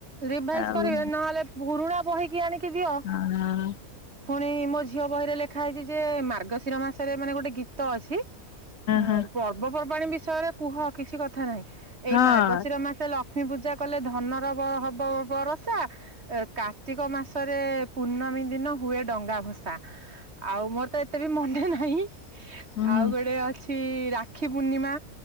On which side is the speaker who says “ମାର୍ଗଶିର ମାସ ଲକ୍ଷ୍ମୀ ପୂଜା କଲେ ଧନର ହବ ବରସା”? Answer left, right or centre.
Right